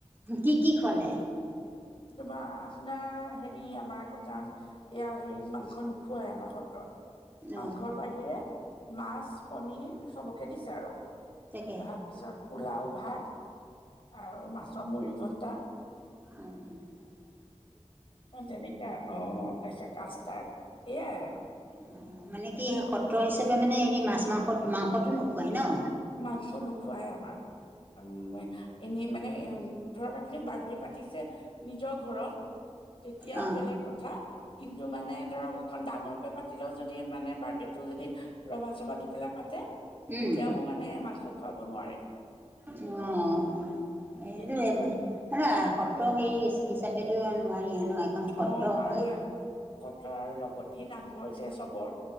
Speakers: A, on the right (about 15°); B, on the left (about 50°).
A: কি কি খুৱালে?
B: তোমাৰ আপোনাৰ হেৰি, আমাৰ আকৌ কাৰণ এয়া হেৰিত মাংস নোখোৱাই আমাৰ সত্ৰত। মাংসৰ
A: অঁ
B: বাহিৰে মাছ, পনিৰ, চবকে দিছে আৰু তাত।
A: তাকে
B: তাৰপিছত পোলাও ভাত আৰু মাছৰ মুৰিঘণ্টা।
A: উম, উম,
B: অ, তেনেকা অ, তাৰপিছত কাষ্টাৰ্ড এইয়াই আৰু।
A: অ, মানে কি সত্ৰ হিচাপে মানে, হেৰি মাছ-মাংস মাংসটো নোখোৱাই ন?
B: মাংস নোখোৱাই আমাৰ উম, এনেই মানে এইও ধৰক আপুনি বাৰ্থডে পাতিছে নিজৰ ঘৰত। তেতিয়া
A: অঁ
B: বেলেগ কথা। কিন্তু মানে ধৰক অকন ডাঙৰকৈ পাতিলেও যদি মানে বাৰ্থডেটো যদি ৰভা চভা দি পেলাই পাতে
A: উম
B: তেতিয়াও মানে মাংস খুৱাব নোৱাৰে।
A: অ', <unintelligible> মানে
B: তেনেকুৱা
A: সত্ৰ হেৰি হিচ-হিচাপেতো আৰ নোৱাৰিয়ে ন এখন সত্ৰ
B: অ' আৰু
A: হয়
B: এ-সত্ৰ আৰু লগতি নামঘৰ যে চবৰ